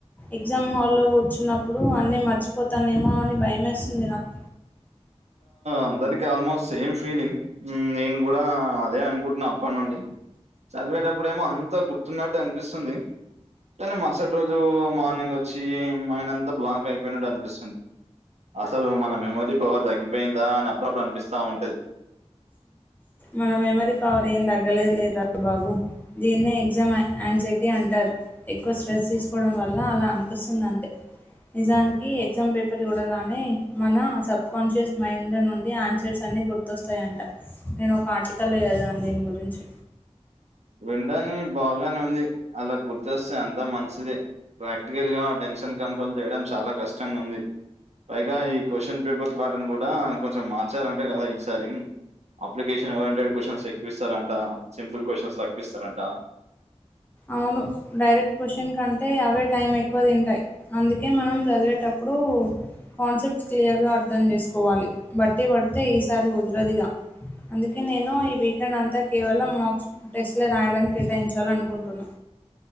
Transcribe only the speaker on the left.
ఎగ్జామ్ హాల్లో కూర్చున్నప్పుడు అన్నీ మర్చిపోతానేమో అని భయమేస్తుంది నాకు
మన మెమరీ పవర్ ఏం తగ్గలే లేరా బాబు దీన్నే ఎగ్జామ్ ఆ అన్ అగ్సైటీ అంటారు ఎక్కువ స్ట్రెస్ తీసుకోవడం వల్ల అలా అనిపిస్తుంది అంతె నిజానికి ఎగ్జామ్ పేపర్ చుడగానే మన సబ్ కాన్షియస్ మైండ్ నుండి ఆన్సర్స్ అన్ని గుర్తొస్తుయ్ అంట నిను ఒక ఆర్టికల్ ళ్ళో చదివాను దీని గురించి
అవును డైరెక్ట్ క్వశ్చన్ కంటే అవే టైం ఎక్కువ తింటాయి అందుకే మనం చదివేటప్ ప్పుడు కాన్సెప్ట్ క్లియర్ గా అర్థం చేసుకోవాలి బట్టి పడితే ఈసారి కుదరదిగా అందుకే నేను ఈ వీకెండ్ అంతా కేవలం మాక్స్ టెస్ట్లె రాయడానికి కేటాయించాల అనుకుంట్ న్నా